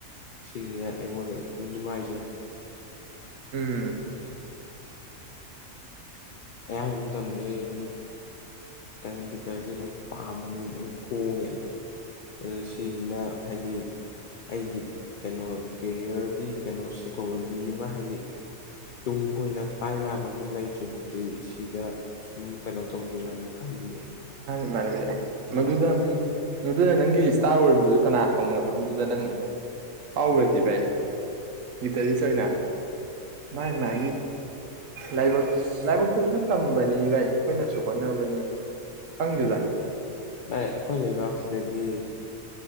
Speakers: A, on the left; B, on the right.
A: ꯁꯤꯁꯤꯅ ꯑꯩꯉꯣꯟꯗ ꯅꯨꯡꯉꯥꯏꯖꯕꯗ
B: ꯎꯝ
A: ꯑꯌꯥꯝꯕ ꯃꯇꯝꯗ ꯑꯩ ꯑꯗꯨꯝ ꯀꯩꯅ ꯒꯤ ꯇꯔ ꯑꯥꯃꯅꯤ ꯑꯗꯨꯝ ꯈꯣꯡꯉꯦꯕ ꯑꯗꯨ ꯁꯤꯁꯤꯅ ꯍꯥꯏꯗꯤ ꯑꯩꯒꯤ ꯀꯩꯅꯣ ꯀꯦꯔꯤꯌꯔꯒꯤ ꯀꯩꯅꯣ ꯁꯦꯟꯊꯣꯛ ꯂꯝꯕꯤ ꯑꯃ ꯍꯥꯏꯗꯤ ꯇꯨꯡ ꯀꯣꯏꯅ ꯄꯥꯏꯕ ꯌꯥꯕ ꯑꯃ ꯂꯩꯇ꯭ꯔꯤꯕ ꯁꯤꯗꯥ ꯎꯝ ꯀꯩꯅꯣ ꯇꯧꯁꯤꯔꯅꯦ ꯈꯔꯤꯦ
B: ꯑꯗꯨꯃꯅ ꯚꯥꯏ ꯃꯗꯨꯗ ꯃꯗꯨꯗ ꯅꯪꯒꯤ ꯏꯁꯇꯥꯔ ꯑꯣꯏꯔꯝꯕꯗꯨ ꯀꯅꯥ ꯈꯪꯕꯅꯣ ꯑꯗꯨꯗ ꯅꯪ ꯍꯥꯎꯈ꯭ꯔꯁꯤ ꯚꯥꯏ ꯒꯤꯇꯔꯤꯁ ꯑꯣꯏꯅ ꯅ ꯂꯥꯏꯕꯛ ꯂꯥꯏꯕꯛꯇꯨꯁꯨ ꯇꯝꯕꯅꯤ ꯚꯥꯏ ꯑꯩꯈꯣꯏꯅꯁꯨ ꯍꯣꯠꯅꯕꯅꯤ ꯍꯪꯗꯗ
A: ꯑꯩꯈꯣꯏ ꯂꯩꯕꯥꯛꯁꯤꯗꯗꯤ